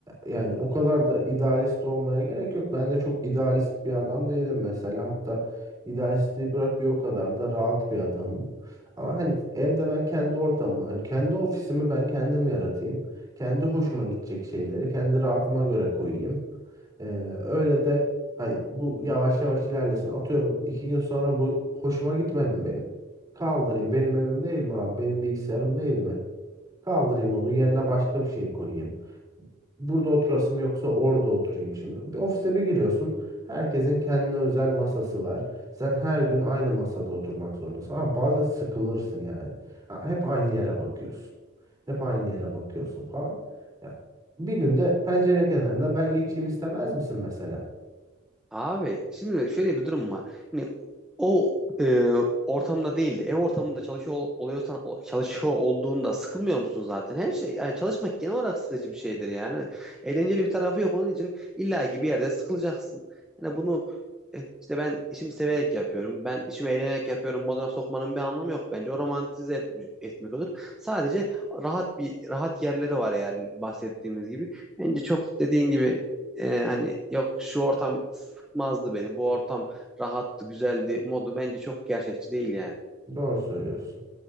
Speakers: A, on the right; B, in the centre.
A: yani o kadar da idealist olmaya gerek yok. Ben de çok idealist bir adam değilim mesela. Hatta idealistliği bırak bir o kadar da rahat bir adamım. Ama hani evde ben kendi ortamımı, hani kendi ofisimi ben kendim yaratayım. Kendi hoşuma gidecek şeyleri kendi rahatıma göre koyayım. Ee, öyle de hani bu yavaş yavaş ilerlesin. Atıyorum iki gün sonra bu hoşuma gitmedim benim. Kaldırayım. Benim evim değil mi abi? Benim bilgisayarım değil mi? Kaldırayım onu. Yerine başka bir şey koyayım. Burada oturasım yoksa orada oturayım şimdi. Bir ofise bir giriyorsun. Herkesin kendine özel masası var. Sen her gün aynı masada oturmak zorundasın. Ama bazen sıkılırsın yani. Ha, hep aynı yere bakıyorsun. Hep aynı yere bakıyorsun falan. Ya, bir günde pencere kenarında ben geçeyim istemez misin mesela?
B: Abi şimdi şöyle bir durum var. Hani o e, ortamda değildi. Ev ortamında çalışıyor ol- oluyorsan o- çalışıyor olduğunda sıkılmıyor musun zaten? Her şey yani çalışmak genel olarak sıkıcı bir şeydir yani. Eğlenceli bir tarafı yok onun için illaki bir yerde sıkılacaksın. Hani bunu e, işte ben işimi severek yapıyorum. Ben işimi eğlenerek yapıyorum. Moduna sokmanın bir anlamı yok. Bence o romantize etmiş, etmek olur. Sadece rahat bir rahat yerleri var yani bahsettiğimiz gibi. Bence çok dediğin gibi e, hani yok şu ortam sıkmazdı beni. Bu ortam rahattı, güzeldi modu bence çok gerçekçi değil yani.
A: Doğru söylüyorsun.